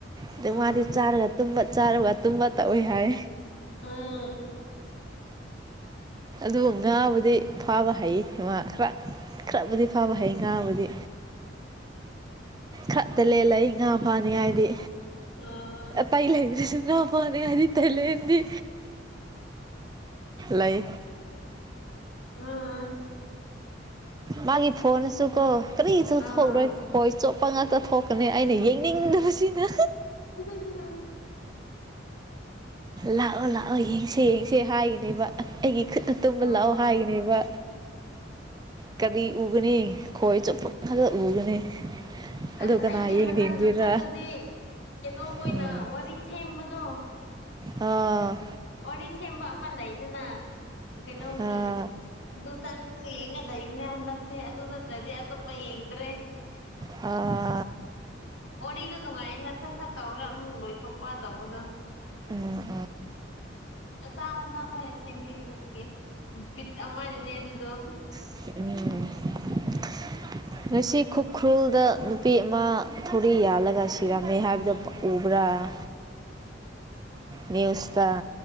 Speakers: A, on the right (about 20°); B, on the left (about 70°).
A: ꯑꯗꯩ
B: ꯑꯥ
A: ꯃꯥꯗꯤ ꯆꯥꯔꯒꯨꯝꯕ ꯆꯥꯔꯒ ꯇꯛꯑꯣꯏ ꯍꯥꯏ
B: ꯎꯝ
A: ꯑꯗꯨ ꯉꯥꯕꯨꯗꯤ ꯐꯥꯕ ꯍꯩ ꯉꯥ ꯈꯔ ꯈꯔꯕꯨꯗꯤ ꯐꯕ ꯍꯩ ꯉꯥꯕꯨꯗꯤ ꯈꯠꯇ ꯂ ꯂꯩ ꯂꯩ ꯉ ꯐꯥꯅꯤ ꯗꯤ
B: ꯑꯥ
A: ꯄꯥꯏ ꯂꯩꯗ꯭ꯔꯔꯤꯁꯤꯅꯣ ꯐꯣꯟꯅꯒꯅꯤ ꯇ ꯂꯩꯗꯤ ꯂꯩ
B: ꯑꯥ
A: ꯃꯥꯒꯤ ꯐꯣꯟꯣꯟ ꯆꯨ ꯀꯣ ꯀꯔꯤꯁꯨ
B: ꯑꯥ
A: ꯊꯣꯛꯂꯣꯏ ꯍꯣꯏ ꯆꯣꯞꯄ ꯉꯥꯛꯇ ꯊꯣꯛꯀꯅꯤ ꯑꯩꯅ ꯌꯦꯡꯅꯤꯡꯗꯕꯁꯤꯅ
B: ꯗ
A: ꯂꯥꯛꯑꯣ ꯂꯥꯛꯑꯣ ꯌꯦꯡꯁꯦ ꯌꯦꯡꯁꯦ ꯍꯥꯏꯈꯤꯅꯦꯕ ꯑꯩꯒꯤ ꯇꯨꯝꯕ
B: ꯑꯣ
A: ꯂꯥꯛꯑꯣ ꯍꯥꯏꯅꯦꯕ ꯀꯗꯤ ꯎꯒꯅꯤ ꯈꯣꯣꯏ ꯆꯄ ꯀ ꯎꯒꯅꯤ ꯑꯗꯨ
B: ꯑꯁ
A: ꯀꯅꯥ
B: ꯑꯩꯗꯤ
A: ꯌꯦꯡꯅꯤꯡꯗꯣꯏꯔꯥ
B: ꯍꯟꯗꯛ ꯆꯪꯉꯗꯤꯦ ꯀꯩꯅꯣ ꯃꯣꯏꯅ
A: ꯎꯝ
B: ꯋꯥꯔꯤ ꯁꯦꯝꯕꯗꯣ
A: ꯑꯥ
B: ꯋꯥꯔꯤ ꯁꯦꯝꯕ ꯑꯃ ꯂꯩꯗꯅ ꯀꯩꯅꯣꯝꯒꯤ
A: ꯑꯥ
B: ꯑꯗꯨꯇꯪ ꯌꯦꯡꯅ ꯂꯩꯕꯅꯦ ꯍꯟꯗꯛꯁꯦ ꯑꯗꯨ ꯅꯠꯇ꯭ꯔꯗꯤ ꯑꯇꯣꯞꯄ ꯌꯦꯡꯗ꯭ꯔꯦ
A: ꯑꯥ
B: ꯋꯥꯔꯤꯗ ꯅꯨꯡꯉꯥꯏꯅ ꯁꯠ ꯁꯠ ꯇꯧꯔꯒ ꯑꯃꯨꯛ ꯂꯣꯏꯊꯣꯛꯄ ꯇꯧꯕꯗꯣ
A: ꯑ
B: ꯃꯆꯥ ꯃꯆꯥ ꯃꯣꯏꯅ ꯁꯦꯝꯕꯤꯕꯗꯨ ꯑꯗꯨꯒꯤꯠ ꯑꯃꯅꯤꯅꯦ ꯑꯗꯨꯗꯣ
A: ꯅꯦ ꯉꯁꯤ ꯈꯨꯈ꯭ꯔꯨꯜꯗ ꯅꯨꯄꯤ ꯑꯃ ꯊꯧꯔꯤ ꯌꯥꯜꯂꯒ ꯁꯤꯔꯝꯃꯦ ꯍꯥꯏꯕꯗꯨ ꯎꯕ꯭ꯔꯥ ꯑ ꯅ꯭ꯌꯨꯁꯇ